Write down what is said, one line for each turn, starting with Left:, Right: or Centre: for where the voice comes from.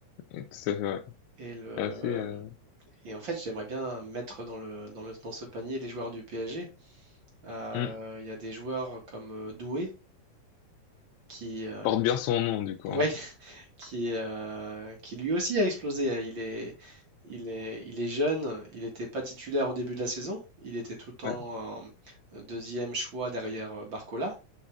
Left: ouais, tout à fait. Ouais.
Right: Et, le,
Left: C'est Assez, euh,
Right: et en fait, j'aimerais bien mettre dans le, dans le, dans ce panier les joueurs du PSG. Euh,
Left: hmm,
Right: il y a des joueurs comme euh, Doué qui, euh,
Left: porte
Right: qui,
Left: bien son nom du coup.
Right: ouais,
Left: hein.
Right: qui, euh, qui lui aussi a explosé. Il est, il est, il est jeune, il n'était pas titulaire au début de la saison, il était tout le temps
Left: Ouais,
Right: euh, deuxième choix derrière euh, Barcola.